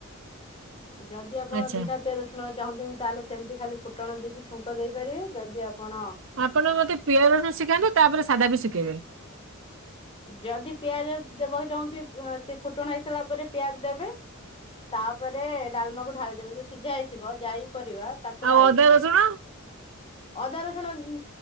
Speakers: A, on the left (about 25°); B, on the right (about 65°).
A: ଯଦି ଆପଣ
B: ଆଚ୍ଛା
A: ବିନା ପିଆରସୁଣରେ ଚାହୁଁଛନ୍ତି ତାହେଲେ ସେମିତି ଖାଲି ଫୁଟଣ ଦେଇକି ଛୁଙ୍କ ଦେଇପାରିବେ ଯଦି ଆପଣ
B: ଆପଣ ମତେ ପିଆରସୁଣ ଶିଖାନ୍ତୁ ତାପରେ ସାଧାବି ଶିଖେଇବେ।
A: ଯଦି ପିଆଜ ଦେବାକୁ ଚାହୁଁଥିବ ପା ସେ ଫୁଟଣ ହେଇ ସାଇଲା ପରେ ପିଆଜ ଦେବେ ତାପରେ ଡାଲମାକୁ ଢାଳିଦେବେ ଯୋଉ ସିଝା ହେଇଥିବ ଯାଇ ପରିବା ତାକୁ
B: ଆଉ
A: ଢାଳି
B: ଅଦା
A: ଦେବେ।
B: ରସୁଣ
A: ଅଦା ରସୁଣ ଉଁ